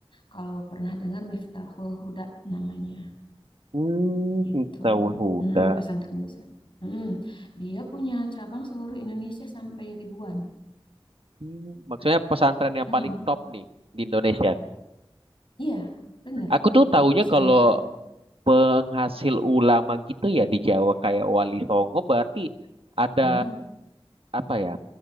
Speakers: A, on the left; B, on the right.
A: kalau pernah dengar Miftahul Huda namanya
B: Hmm,
A: gitu.
B: tahun Huda.
A: Mm-mm, pesantren besar. Mm-mm. Dia punya cabang seluruh Indonesia sampai ribuan.
B: Hmm, maksudnya pesantren yang
A: Mm.
B: paling top nih di Indonesia.
A: Iya, benar.
B: Aku tuh taunya
A: Pesantren.
B: kalau penghasil ulama gitu ya di Jawa kayak Wali Songo berarti ada
A: Mm.
B: apa ya?